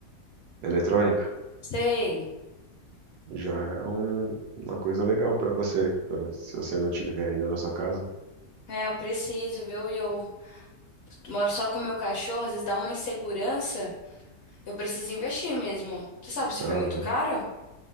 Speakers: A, on the right; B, on the left.
A: eletrônica.
B: Sei.
A: Já é um- uma coisa legal pra você, né? se você não tiver ainda na sua casa.
B: É, eu preciso, viu? E eu moro só com o meu cachorro, às vezes dá uma insegurança. Eu preciso investir mesmo. Você sabe se
A: Aham.
B: foi muito caro?